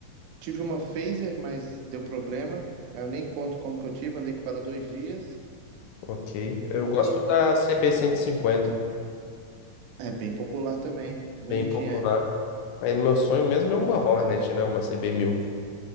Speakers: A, on the right (about 80°); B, on the left (about 80°).
A: tive uma Phaser, mas deu problema. Eu nem conto como que eu tive. Andei com ela dois dias.
B: ok. Eu gosto
A: E
B: da cb cinquenta,
A: é bem popular também. Bonitinha
B: bem popular.
A: ela.
B: Mas meu sonho mesmo é uma Hornet, né? Uma cb mil.